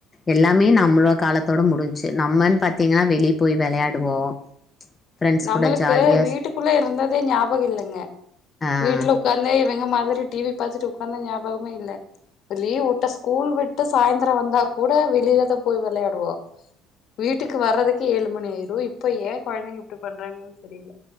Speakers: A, on the left; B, on the left.
A: எல்லாமே நம்மளோ காலத்தோட முடிஞச்சு நம்மன்னு பார்த்தீங்கன்னா வெளியே போய் விளையாடுவோம் ஃப்ரெண்ட்ஸ்
B: நம்மளுக்கு
A: கூட ஜாலியாக
B: வீட்டுக்குள்ள இருந்ததே ஞாபகம் இல்லைங்க
A: ஆ
B: வீட்டுல உட்காந்த இவங்க மாத மாதிரி டிவி பா்த்துட்டு உட்காந்த ஞாபகமே இல்ல லீவ் விட்ட ஸ்கூல் விட்டு சாயந்திரம் வந்தா கூட வெளியிலதான் போய் விளையாடுவோம் வீட்டுக்கு வர்றதுக்கு ஏழு மணி ஆயிரும் இப்ப ஏன் கொழந்தைங்க ட்டு பண்றாங்கன்ன தெரியல